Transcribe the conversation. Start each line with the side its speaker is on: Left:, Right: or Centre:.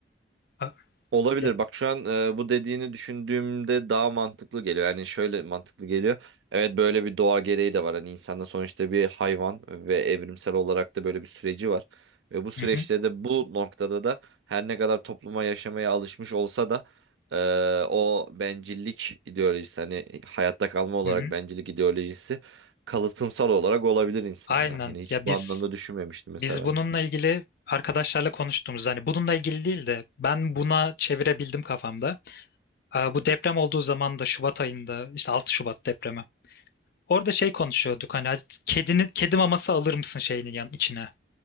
Left: Ö-
Right: Olabilir.
Left: Yani,
Right: Bak şu an e, bu dediğini düşündüğümde daha mantıklı geliyor. Yani şöyle mantıklı geliyor. Evet böyle bir doğa gereği de var. Hani insanda sonuçta bir hayvan ve evrimsel olarak da böyle bir süreci var. Ve bu süreçte
Left: hı hı,
Right: de bu noktada da her ne kadar topluma yaşamaya alışmış olsa da e, o bencillik ideolojisi hani hayatta kalma olarak
Left: hı hı.
Right: bencillik ideolojisi kalıtımsal olarak olabilir insanda.
Left: Aynen.
Right: Hani hiç
Left: Ya
Right: bu
Left: biz
Right: anlamda düşünmemiştim mesela
Left: Biz
Right: ben.
Left: bununla ilgili arkadaşlarla konuştuğumuz hani bununla ilgili değil de ben buna çevirebildim kafamda. Ee, Bu deprem olduğu zaman da Şubat ayında işte 6 Şubat depremi. Orada şey konuşuyorduk hani kedinin kedi maması alır mısın şeyinin yan içine